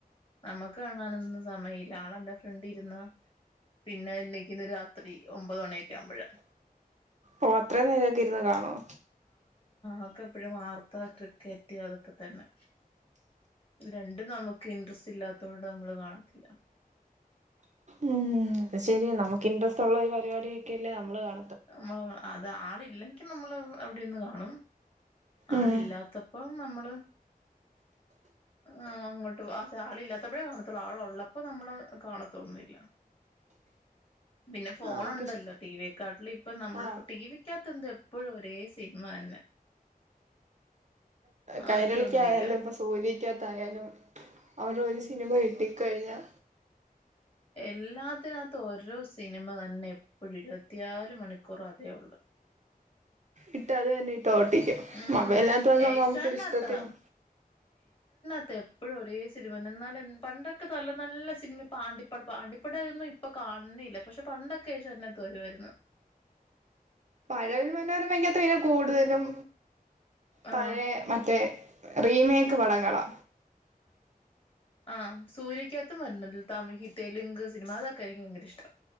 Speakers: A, on the left (about 35°); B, on the right (about 50°).
A: നമ്മക്ക് കാണാനൊന്നും സമയമില്ല ആളെൻ്റെ ഫ്രണ്ടി ഇരുന്ന പിന്നെ എണിക്കുന്ന രാത്രി ഒമ്പത് മണിയൊക്കെ ആവുമ്പഴാ
B: ഓ അത്രേം നേരൊക്കെ ഇരുന്നു കാണുവോ?
A: ആക്ക് എപ്പഴും വാർത്ത ക്രിക്കറ്റ് അതൊക്കെ തന്നെ ഇത് രണ്ടും നമുക്ക് ഇൻട്രസ്റ്റ് ഇല്ലാത്തോണ്ട് നമ്മൾ കാണത്തില്ല
B: ഉം അത് ശെരിയാ നമുക്ക് ഇൻട്രസ്റ്റ് ഉള്ള ഒരു പരിപാടിയൊക്കെയല്ലേ അപ് നമ്മള് കാണു
A: മൊ അത് ത് ആളില്ലെങ്കിൽ നമ്മള് അവിടെന്ന് കാണും ആള്
B: ഉം
A: ഇല്ലാത്തപ്പോ നമ്മള് ആഹ് അങ്ങോട്ട് ആഹ് ആള് ഇല്ലാത്തപ്പോഴേ കാണത്തുള്ള ആള് ഉള്ളപ്പോ നമ്മള് കാണത്തൊന്നില്ല പിന്നെ ഫോണുണ്ടല്ലോ
B: നമുക്ക് ഇഷ്
A: ടിവിയക്കാട്ടിൽ ഇപ്പ നമ്മൾ
B: ആ
A: ടി വി ക്കകത്ത് എന്ത് എപ്പോഴും ഒരേ സിനിമ തന്നെ മാറ്റൊന്നുമില്ല
B: കൈരളിക്കയാലും ഇപ്പൊ സൂര്യക്കകത്തയാലും അവര് ഒരു സിനിമ കിട്ടിക്ക കഴിഞ്ഞാ
A: എല്ലാത്തിനകത്ത് ഓരു സിനിമ ത ന്നെ എപ്പഴും ഇരുപത്തിയാല് മണിക്കൂറും അതേ ഉള്ളു
B: ഇട്ടാത് തന്നെ തോട്ടിക്കും
A: ഉം
B: മൊബൈലിനത്ത് വന്ന
A: ഏഷ്യാനകത്താ
B: നമുക്കിഷ്ടത്തിന്
A: പ്പൊ എപ്പൊഴും ഒരേ സിനിമന്നെ ന്നാലും പണ്ടൊക്കെ നല്ല നല്ല സിനിമ പാണ്ടിപ്പട പാണ്ടിപ്പടയിന്നും ഇപ്പൊ കാണുന്നേല്ല പക്ഷെ പണ്ടൊക്കെ ഏഷ്യാനത്ത് വരുവാരുന്നു
B: പഴവിൽ മനോരമക്കത്ത് പിന്നെ കൂടുതലും പഴയ
A: ആഹ്
B: മറ്റേ റീമേക്ക് പടങ്ങളാ
A: ആം സൂര്യക്ക് ത്തും വരുന്നില്ല തമികി തെലുങ്ക് സിനിമ അതൊ കഴിഞ്ഞും ങ്കരിഷ്ടാ